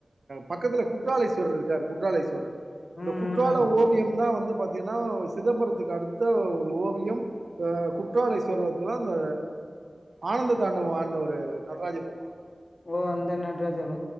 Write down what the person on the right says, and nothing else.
பக்கத்துல குற்றாலைஸ்வரர் இருக்காரு குற்றாலைஸ்வரர்
இந்த குற்றால
ஓவியம்்தான் வந்து பாத்தீங்கன்னா சிதம்பரத்துக்கு அடுத்த ஒரு ஓவியம் இப்ப குற்றாலைஸ்வரத்துல அந்த ஆனந்த தாண்டவம் ஆட்ன ஒரு நடராஜபருமா